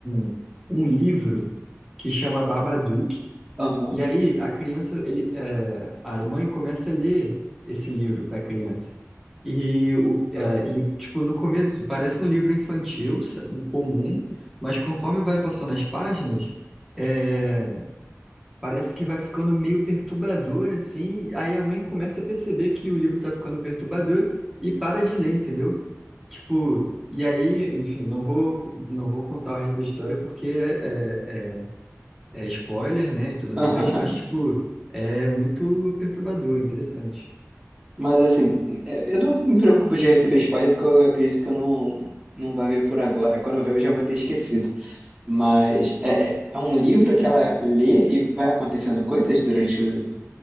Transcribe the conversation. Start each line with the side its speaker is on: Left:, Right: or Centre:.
Centre: um, um livro que chama Babadook.
Right: aham,
Centre: E aí a criança, ele, é, a mãe começa a ler esse livro para a criança. E, o, é, e, tipo, no começo parece um livro infantil, sa- comum, mas conforme vai passando as páginas, é, parece que vai ficando meio perturbador, assim. Aí a mãe começa a perceber que o livro está ficando perturbador e para de ler, entendeu? Tipo, e aí, enfim, não vou, não vou contar o resto da história porque é, é é spoiler, né, e tudo
Right: <laughs>
Centre: mais,
Right: aham.
Centre: mas, tipo, é muito perturbador, interessante.
Right: Mas assim, é, eu não me preocupo de receber spoiler, porque eu acredito que eu não, não vai ver por agora. Quando eu ver, eu já vou ter esquecido. Mas é, é é um livro que ela lê e vai acontecendo coisas durante o...